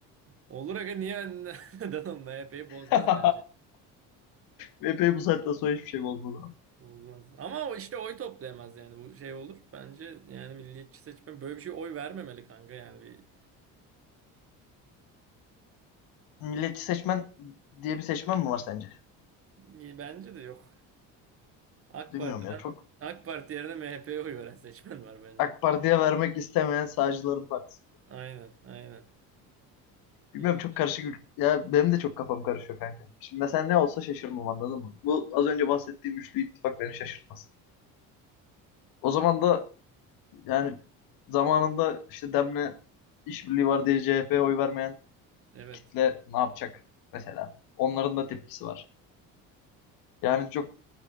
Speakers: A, on the right (about 40°); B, on the left (about 75°).
A: Olur aga niye <laughs> neden onun MHP'yi bozmaz
B: <laughs>
A: bence.
B: MHP'yi bu saatten sonra hiçbir şey bozmadı.
A: Bozmaz. Ama o işte oy toplayamaz yani bu şey olur. Bence yani milliyetçi seçmen böyle bir şey oy vermemeli kanka yani
B: Milliyetçi seçmen diye bir seçmen mi var sence?
A: bir bence de yok. AK
B: Bilmiyorum
A: Parti'den
B: ya. Çok
A: AK Parti yerine MHP'ye oy veren seçmen var bence.
B: AK Parti'ye vermek istemeyen sağcıların partisi.
A: Aynen, aynen.
B: Bilmiyorum
A: Milliyetçi.
B: çok karışık. ül- Ya benim de çok kafam karışıyor kanka. Şimdi mesela ne olsa şaşırmam anladın mı? Bu az önce bahsettiğim üçlü ittifak beni şaşırtmaz. O zaman da yani zamanında işte Demle işbirliği var diye CHP'ye oy vermeyen
A: Evet.
B: kitle ne yapacak mesela? Onların da tepkisi var. Yani çok